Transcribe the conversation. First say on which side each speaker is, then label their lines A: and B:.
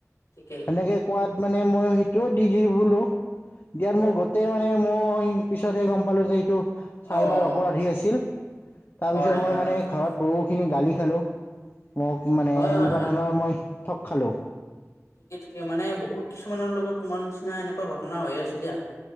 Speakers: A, on the left; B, on the left.
A: ঠিকেই,
B: সেনেকৈ কোৱাত মানে মই সেইটোও দি - দি বোলো দিয়াত
A: অ',
B: মোৰ গোটেই মানে মই পিছতহে গম পালো যে এইটো চাইবাৰ
A: অ',
B: অপৰাধী আছিল। তাৰ
A: হয়,
B: পিছত মই
A: হয়,
B: মানে
A: হয়, হয়,
B: ঘৰত
A: অ',
B: বহুখিনি গালি খালো। মোক মানে
A: হয়, হয়,
B: এনেকুৱা
A: হয়,
B: ধৰণৰ মই ঠগ খালো।
A: ঠিকে - ঠিকে মানে বহুত কিছুমানৰ লগত তোমাৰ নিচিনা এনেকুৱা ঘটনা হৈ আছে দিয়া।